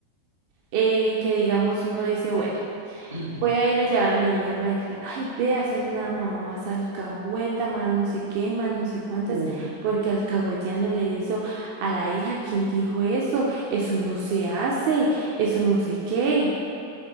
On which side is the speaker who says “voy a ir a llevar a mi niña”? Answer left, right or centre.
Right